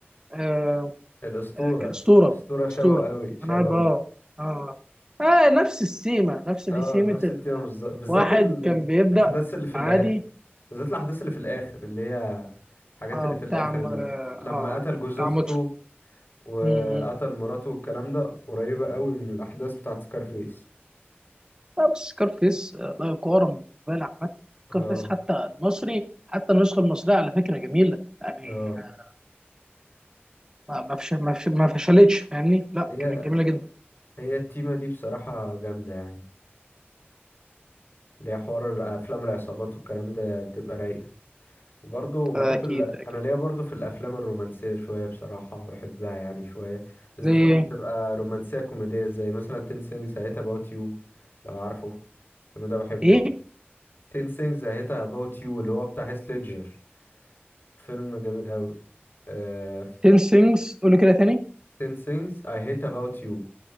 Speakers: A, on the right (about 20°); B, on the left (about 55°).
A: آه،
B: الاسطورة
A: آه، كأسطورة
B: الاسطورة شبهه
A: أسطورة
B: قوي شبهه
A: أنا قاعد اه اه اه نفس السيمة نفس دي
B: اه
A: سيمة
B: نفس
A: إن
B: التيمة بالظ- بالذات
A: واحد
B: ال-
A: كان بيبدأ
B: الاحداث اللي في النهاية
A: عادي
B: بالذات الاحداث اللي في الاخر اللي هي الحاجات
A: اه
B: اللي
A: بتاع
B: في الاخر
A: م-
B: اللي
A: اه
B: لما
A: آه،
B: قتل جوز
A: بتاع
B: اخته
A: ماتش
B: وقتل
A: مم.
B: مراته والكلام ده قريبة قوي من الأحداث بتاعت سكارفيس
A: لا بس سكارفيس آه، لا يقارن بالنسبة لي عامة
B: اه
A: سكارفيس حتى المصري حتى النسخة المصرية على فكرة جميلة يعني
B: اه
A: آه، ما ما فش- ما فش- ما فشلتش فاهمني لا
B: هي
A: كانت جميلة جدا
B: هي التيمة دي بصراحة جامدة يعني ليها حوار أفلام العصابات والكلام ده بتبقى رايقة وبرضه بحب
A: اكيد
B: ال...
A: اكيد
B: أنا ليا برضه في الأفلام الرومانسية شوية بصراحة بحبها يعني شوية بالذات
A: زي
B: لما تبقى رومانسية كوميدية زي مثلا 10 things I hate about you لو عارفه الفيلم ده بحبه
A: ايه
B: أوي 10 things I hate about you اللي هو بتاع هيث ليدجر فيلم جميل أوي آه،
A: 10 things قولوا كده تاني
B: 10 things I hate about you